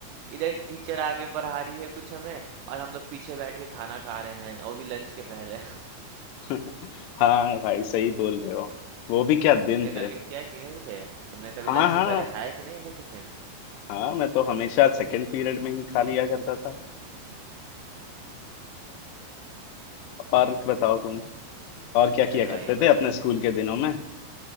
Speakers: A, on the right; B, on the left.
A: इधर टीचर आगे पढ़ा रही है कुछ हमें और हम लोग पीछे बैठ के खाना खा रहे हैं वो भी लंच के पहले
B: <laughs> हाँ भाई सही बोल रहे हो वो भी
A: <laughs>
B: क्या
A: तुमने
B: दिन
A: कभी
B: थे
A: किया कि नहीं किया तुमने कभी
B: हाँ
A: लंच
B: हाँ
A: के पहले खाया कि नहीं अपना टिफिन
B: हाँ मैं तो हमेशा सेकंड पीरियड में ही खा लिया करता था और बताओ तुम और क्या
A: अरे
B: किया
A: भाई
B: करते
A: भाई
B: थे अपने
A: भाई
B: स्कूल के दिनों में